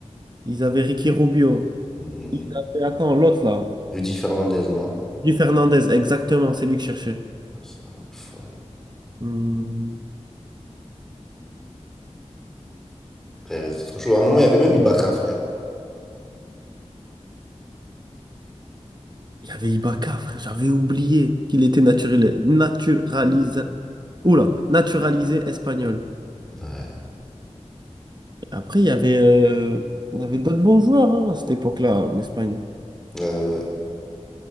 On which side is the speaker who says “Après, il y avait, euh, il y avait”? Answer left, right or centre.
Right